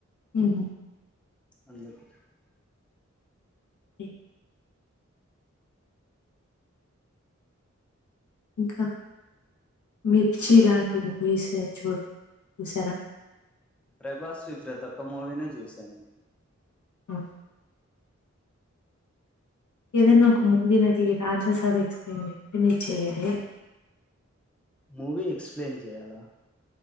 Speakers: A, on the left; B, in the centre.
A: ఉమ్
B: అందుకు
A: ఇ ఇంకా మిర్చి లాంటి మూవీస్ ఏం చూడరా? చూసారా
B: ప్రభాస్ వి ప్రతొక్క మూవినీ చూశా నేను.
A: ఉమ్ ఏదన్నా ఒక మూవీ, నకీ రాజసాబ్ ఎక్స్ప్లెయిన్ చేయమంటే మీర్ చెయ్యరే?
B: మూవీ ఎక్స్ప్లెయిన్ చేయాలా?